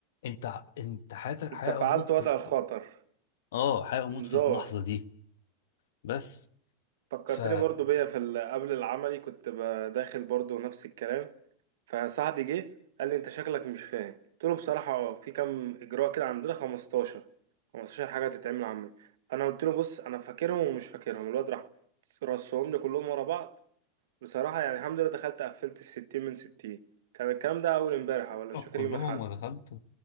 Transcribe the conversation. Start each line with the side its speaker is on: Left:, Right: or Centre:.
Left: انت ع- انت حياتك
Right: انت
Left: حياه
Right: فعلت
Left: او موت في
Right: وضع الخطر
Left: في- اه حياه او موت
Right: انذار
Left: في اللحظه دي بس
Right: فكرتني
Left: ف
Right: برضو بيا في ال- قبل العملي كنت ب- داخل برضو نفس الكلام فصاحبي جه قال لي انت شكلك مش فاهم قلت له بصراحه اه في كام اجراء كده عندنا 15 15 حاجه تتعمل عملي فانا قلت له بص انا فاكرهم ومش فاكرهم الواد راح رصهم لي كلهم ورا بعض بصراحه يعني الحمد لله دخلت قفلت ال 60 من 60 كان الكلام ده اول امبارح ولا مش فاكر
Left: كلهم
Right: يوم الاحد
Left: ودخلت